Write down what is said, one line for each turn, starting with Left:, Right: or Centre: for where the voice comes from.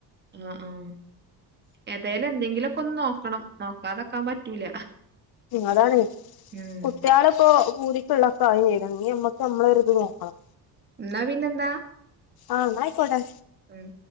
Right: ആ ആഹ ഏതായാലും എന്തെങ്കിലൊക്കെന്നോ നക്കണം നോക്കാതെക്കാൻ പറ്റൂല
Left: അതാണ്
Right: ഉം
Left: കുട്ടികള ഇപ്പോൊ പൂതിക്കുള്ള ക്കെ അഴിച്ചെയത്തിന് നമ്മക്ക് നമ്മള ഒ ഇത് നോക്കണം
Right: ന്നാ പിന്നെന്താ
Left: ആഹ ന്നായ് ക്കോട്ടേ
Right: ഉം